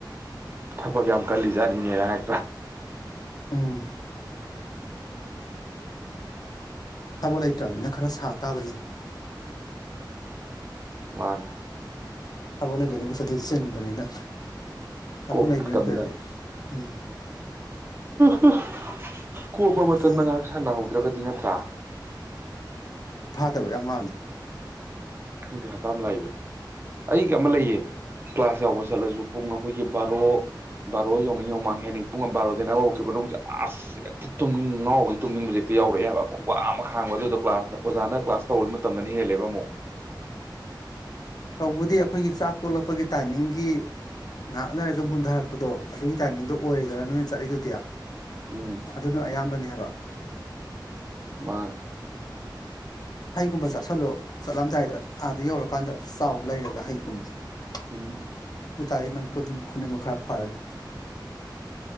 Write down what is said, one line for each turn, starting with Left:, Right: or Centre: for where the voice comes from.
Right: ꯊꯕꯛ ꯌꯥꯝ ꯀꯜꯂꯤꯖꯥꯠꯅꯤꯅꯦꯅ ꯍꯥꯏꯔꯛꯇ꯭ꯔꯥ
Left: ꯎꯝ ꯊꯕꯛ ꯂꯩꯇ꯭ꯔꯝꯅꯤꯅ ꯈꯔ ꯁꯥ ꯇꯥꯕꯅꯤ
Right: ꯃꯥꯅꯤ
Left: ꯊꯕꯛ ꯂꯩꯕ ꯅꯨꯃꯤꯠꯇꯗꯤ ꯆꯤꯟꯕꯅꯤꯅ ꯊꯕꯛ
Right: ꯀꯣꯝꯕ
Left: ꯂꯩꯕ
Right: ꯃꯇꯝꯗ
Left: ꯅꯨꯃꯤꯠꯇꯗꯤ ꯎꯝ
Right: ꯑꯍ ꯀꯣꯝꯕ ꯃꯇꯝꯗ
Left: ꯅꯪ
Right: ꯉꯥꯏꯍꯥꯛ ꯁꯥꯟꯅꯍꯧꯗ꯭ꯔꯒꯗꯤ ꯅꯠꯇ꯭ꯔꯥ
Left: ꯗꯕ ꯌꯥꯝ ꯃꯥꯜꯂꯦ
Right: ꯈꯪꯗꯦ ꯍꯛꯀꯝ ꯂꯥꯛꯏꯕ ꯑꯩꯒ ꯑꯃ ꯂꯩꯌꯦ ꯀ꯭ꯂꯥꯁ ꯌꯥꯎꯕ ꯆꯠꯂꯁꯨ ꯄꯨꯡ ꯑꯩꯈꯣꯏꯒꯤ ꯕꯥꯔꯣ ꯌꯧꯅꯤꯡ ꯌꯣꯡꯃꯥꯡ ꯍꯦꯅꯤꯡ ꯄꯨꯡ ꯑꯃ ꯕꯥꯔꯣꯗꯤꯅ ꯑꯃ ꯃꯅꯨꯡꯁꯦ ꯑꯁ ꯍꯦꯛꯇ ꯇꯨꯝꯅꯤꯡ ꯉꯥꯎꯕ ꯇꯨꯝꯅꯤꯡꯕ ꯍꯦꯛꯇ ꯌꯥꯎꯔꯛꯑꯦꯕ ꯈꯨꯋꯥ ꯑꯃ ꯈꯥꯡꯕ ꯑꯗꯨꯗꯣ ꯀ꯭ꯂꯥꯁ ꯑꯣꯖꯥꯅ ꯀ꯭ꯂꯥꯁ ꯇꯧ ꯃꯇꯝꯗꯅ ꯍꯦꯜꯂꯦꯕ ꯑꯃꯨꯛ
Left: ꯇꯧꯕꯗꯤ ꯑꯩꯈꯣꯏꯒꯤ ꯆꯥꯛ ꯇꯣꯂꯛꯄꯒꯤ ꯇꯥꯏꯃꯤꯡꯒꯤ ꯉꯥꯛ ꯂꯩꯔꯒ ꯃꯨꯊꯔꯛꯄꯗꯣ ꯑꯗꯨꯒꯤ ꯇꯥꯏꯃꯤꯡꯗꯣ ꯑꯣꯏꯔꯦꯗꯅ ꯅꯣꯏꯅ ꯆꯠꯂꯤꯗꯨꯗꯤ
Right: ꯎꯝ
Left: ꯑꯗꯨꯅ ꯑꯌꯥꯝꯕꯅꯦ ꯍꯥꯏꯕ
Right: ꯃꯥꯅꯤ
Left: ꯍꯩꯒꯨꯝꯕ ꯆꯥꯥꯁꯜꯂꯣ ꯆꯠꯂꯝꯗꯥꯏꯗ ꯑꯥꯗ ꯌꯧꯔꯀꯥꯟꯗ ꯆꯥꯎ ꯂꯩꯔꯒ ꯍꯩꯒꯨꯝꯕꯗ
Right: ꯎꯝ
Left: ꯑꯗꯨ ꯇꯥꯏ ꯅꯪ ꯇꯣ ꯈꯨꯅꯤꯡꯕ ꯈꯔ ꯐꯔꯅꯤ